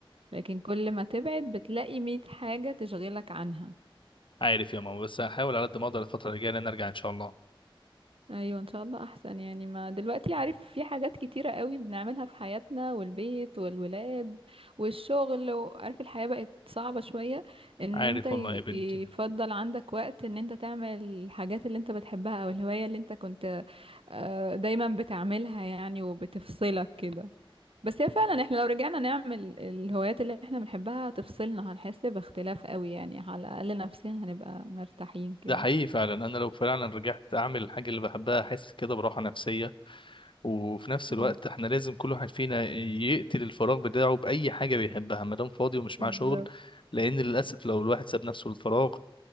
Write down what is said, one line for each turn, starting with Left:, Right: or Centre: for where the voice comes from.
Right: لكن كل ما تبعد بتلاقي مية حاجة تشغلك عنها
Left: عارف يا ماما بس هحاول على قد ما اقدر الفتره الجايه ان انا ارجع ان شاء الله
Right: ايوه ان شاء الله احسن يعني ما دلوقتي عارف في حاجات كتيرة قوي بنعملها في حياتنا والبيت والولاد والشغل وعارف الحياة بقت صعبة شوية ان
Left: عارف
Right: انت ي-
Left: والله يا بنتي
Right: يفضل عندك وقت ان انت تعمل الحاجات اللي انت بتحبها او الهواية اللي انت كنت آه، دايما بتعملها يعني وبتفصلك كده بس هي فعلا احنا لو رجعنا نعمل الهوايات اللي احنا بنحبها هتفصلنا هنحس باختلاف قوي يعني على الاقل نفسيا هنبقى مرتاحين كده
Left: ده حقيقي فعلا انا لو فعلا رجعت اعمل الحاجه اللي بحبها احس كده براحه نفسيه وفي نفس الوقت
Right: أيوة،
Left: احنا لازم كل واحد فينا يقتل الفراغ بتاعه باي حاجه بيحبها ما دام فاضي ومش
Right: بالظبط
Left: معاه شغل لان للاسف لو الواحد ساب نفسه للفراغ